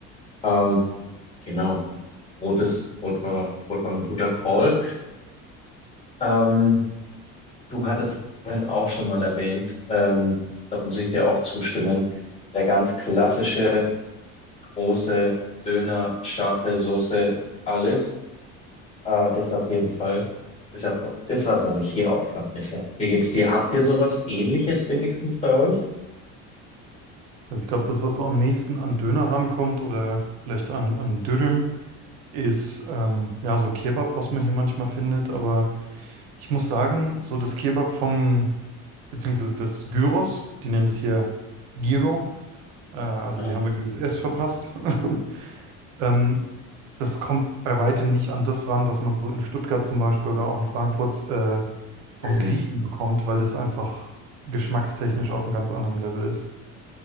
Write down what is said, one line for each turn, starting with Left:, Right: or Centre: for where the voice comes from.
Left: Ähm, Genau. Brot ist, Brot war, Brot war ein guter Call. Ähm, du hattest vorhin auch schon mal erwähnt, ähm, da muss ich dir auch zustimmen, der ganz klassische große Döner, scharfe Soße, alles, äh, ist auf jeden Fall, ist, auf, ist was, was ich hier auch vermisse. Wie geht's dir? Habt ihr sowas Ähnliches wenigstens bei euch?
Right: Also ich glaube, das, was so am nächsten an Döner rankommt oder vielleicht an, an Dürüm, ist ähm, ja so Kebab, was man hier manchmal findet. Aber ich muss sagen, so das Kebab vom, beziehungsweise das Gyros, die nennen das hier Gyro, äh, also
Left: Ja.
Right: die haben irgendwie das S verpasst. <laughs> Ähm, das kommt bei weitem nicht an das ran, was man so in Stuttgart zum Beispiel oder auch in Frankfurt äh, vom
Left: Mhm.
Right: Griechen bekommt, weil das einfach geschmackstechnisch auf einem ganz anderen Level ist.